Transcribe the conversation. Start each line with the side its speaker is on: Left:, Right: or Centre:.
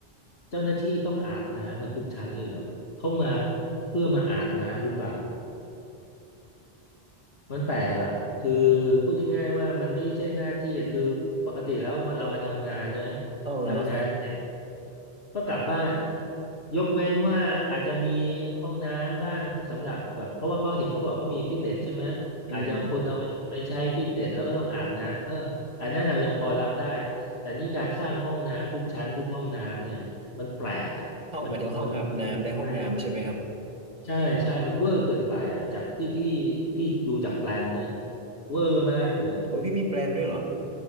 Left: เจ้าหน้าที่ต้องอาบน้ำกันทุกชั้นเลยเหรอเขามาเพื่อมาอาบน้ำหรือเปล่า มันแปลกอ่ะคือพูดง่ายๆว่ามันไม่ใช่หน้าที่อ่ะคือปกติแล้วมาเรามาทำงานใช่ไหม
Right: เออเนาะ
Left: ทำงานเสร็จก็กลับบ้านยกเว้นว่าอาจจะมีห้องน้ำบ้างสำหรับแบบเพราะว่าเขาเห็นเขาบอกเขามีฟิตเนสใช่ไหมอาจจะคนเอาไปไปใช้ฟิตเนสแล้วก็ต้องอาบน้ำเอออันนั้นเรายังพอรับได้
Right: อืม
Left: แต่นี่การสร้างห้องน้ำทุกชั้นทุกห้องน้ำเนี่ยมันแปลกอ่ะมันมันแ
Right: ห้องหมายถึงห้องอาบน้ำในห้องน้ำใช่ไหมครับ
Left: ปลก ใช่ใช่มันเวอร์เกินไปอ่ะจากที่ที่พี่ดูจากแปลนนะเวอร์มากเลย
Right: โอ้ยพี่มีแปลนด้วยเหรอ